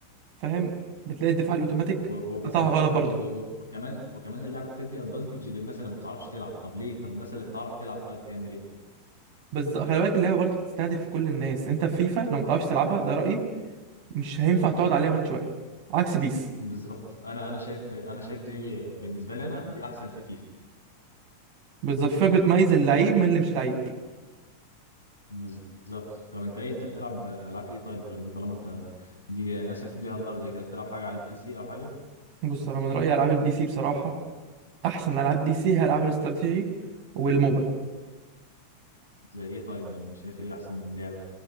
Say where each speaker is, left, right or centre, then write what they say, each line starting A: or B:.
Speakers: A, on the right; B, on the left.
A: فاهم بتلاقي الدفاع الاوتوماتيك
B: و- وبالذات
A: قطعها غلط برضو
B: وب- و- وكمان وكمان اللعبه بتدي ادفانتج للناس اللي ما بتعرفش تلعب طب ليه طب الناس اللي بتعرف تلعب طيب تعمل ايه
A: بس خلي بالك اللعبه برضو بتستهدف كل الناس انت في فيفا لو ما تعرفش تلعبها ده رايي مش هينفع تقعد عليها ماتش واحد عكس بيس
B: بالظبط انا انا شايف انا شايف دي بالنسبه لي انا دي احسن في فيفا
A: بالظبط فيفا بتميز اللعيب من اللي مش لعيب
B: بالظبط طب انت ايه انت بتلعب العاب ايه طيب غير دي طالما انت دي ناسف بيها الارض كده بتلعب حاجه على البي سي او حاجه
A: بص انا من رايي العاب البي سي بصراحه احسن العاب بي سي هي العاب الاستراتيجي والموبا
B: زي ايه طيب يعني شايف ايه احسن لعبه